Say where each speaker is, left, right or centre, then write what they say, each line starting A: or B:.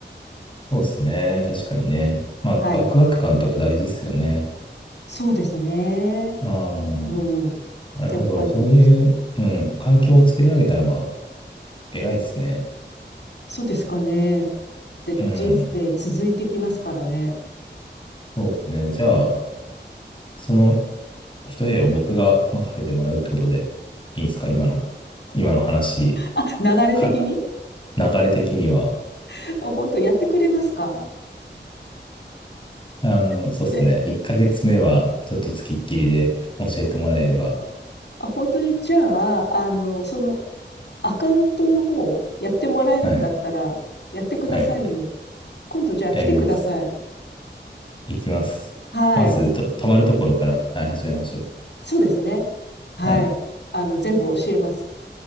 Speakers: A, on the left; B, on the left.
A: そうですね。確かにね。まあ、
B: はい。
A: ワクワク感とか大事ですよね。
B: そうですね。
A: ああ、
B: そう。
A: なるほど。
B: やっぱり、
A: そういう、うん、環境を作り上げたのは偉いですね。
B: そうですかね。で、
A: うん、
B: 人生続いてきますからね。
A: そうですね。じゃあ、その一部屋を僕が任せてもらうってことでいいんですか今の、今の話
B: <laughs> 流れ的に。
A: か、流れ的には。
B: <laughs> 本当やってくれますか
A: あの、
B: それ。
A: そうですね。1ヶ月目はちょっと付きっきりで教えてもらえれば。
B: あ、本当に、じゃあ、あの、そのアカウントの方、やってもらえるんだったら、
A: はい。
B: やってくださいよ。
A: はい。
B: 今度じゃあ来てください。
A: やります。いきます。
B: はい。
A: まず、と、泊まるところから、はい、始めましょう。
B: そうですね。はい。
A: はい。
B: あの、全部教えます。